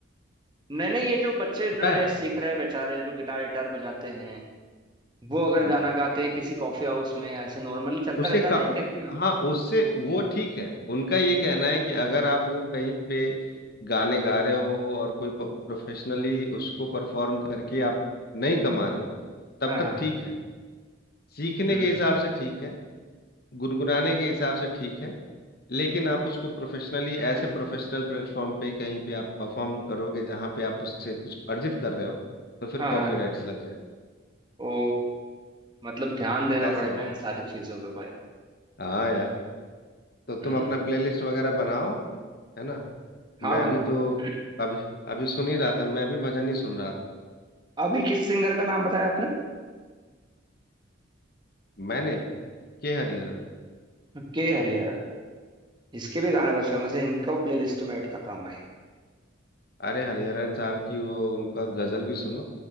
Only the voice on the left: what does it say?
पता
है
हाँ
उससे
का
हाँ उससे वो ठीक है उनका ये कहना है कि अगर आप वो कहीं पे गाने गा रहे हो और कोई प्रोफेशनली उसको परफॉर्म करके आप नहीं कमा रहे हो तब
तक
ठीक है सीखने
के हिसाब से ठीक है गुनगुनाने के हिसाब से ठीक है लेकिन आप उसको प्रोफेशनली ऐसे प्रोफेशनल प्लेटफॉर्म पे कहीं पे आप परफॉर्म करोगे जहाँ पे आप उससे कुछ अर्जित कर रहे हो तो फिर
कॉपीराइट्स लग जाएंगे
ऐसे
होते
हैं।
हाँ यार तो तुम
अपना प्लेलिस्ट वगैरह बनाओ है ना
मैं
भी तो
अभी अभी सुन ही रहा था मैं भी भजन ही सुन रहा था
मैंने के हरिहरन
अरे हरिहरन साहब की वो उनका गजल भी सुनो